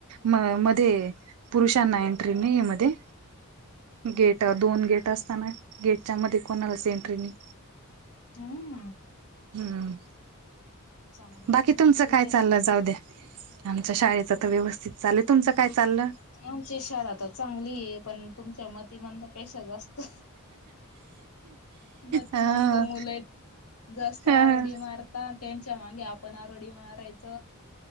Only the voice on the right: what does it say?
म मध्ये पुरुषांना एंट्री नाही मध्ये गेट दोन गेट असताना गेटच्या मध्ये कोणाच एंट्री नाही.
हम्म
बाकी
तुमचं काय
चाललं. जाऊ द्या. आमच्या शाळेच तर व्यवस्थित चाललं. तुमचं काय चाललं?
अ
अ